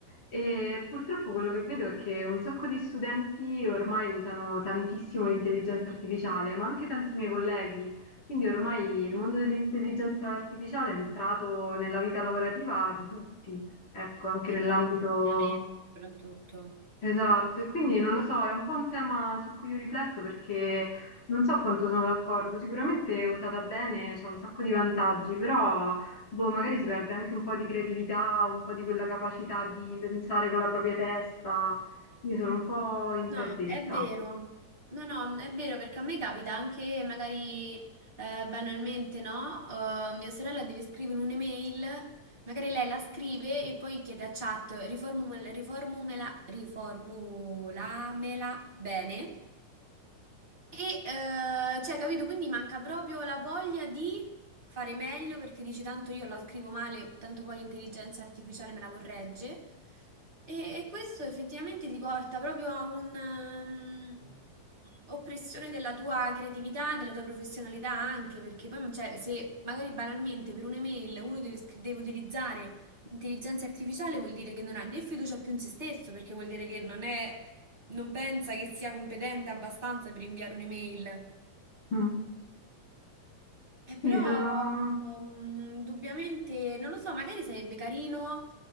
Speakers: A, on the left; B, on the right.
A: e purtroppo quello che vedo è che un sacco di studenti ormai usano tantissimo l'intelligenza artificiale, ma anche tanti miei colleghi, quindi ormai il mondo dell'intelligenza artificiale è entrato nella vita lavorativa di tutti ecco, anche
B: Sì,
A: nell'ambito
B: e confinamento soprattutto.
A: esatto. E quindi non lo so, è un po' un tema su cui io rifletto perché non so quanto sono d'accordo. Sicuramente usata bene c'è un sacco di vantaggi, però boh, magari si perde anche un po' di creatività, un po' di quella capacità di pensare con la propria testa. Quindi sono un po' interdetta.
B: No, è vero. No, no, è vero perché a me capita anche magari eh, banalmente, no? Eh, mia sorella deve scrivere un'email, magari lei la scrive e poi chiede a chat riformumela, riformumela, riformulamela bene. E, eh, cioè, capito? Quindi manca proprio la voglia di fare meglio perché dici tanto io la scrivo male, tanto poi l'intelligenza artificiale me la corregge. E, e questo effettivamente ti porta proprio a un'oppressione della tua creatività, della tua professionalità anche, perché poi cioè, se magari banalmente per un'email uno deve, scri- deve utilizzare l'intelligenza artificiale vuol dire che non ha né fiducia più in se stesso, perché vuol dire che non è non pensa che sia competente abbastanza per inviare un'email?
A: Mm.
B: Eh, però,
A: Sì, sono
B: mm, indubbiamente, non lo so, magari sarebbe carino,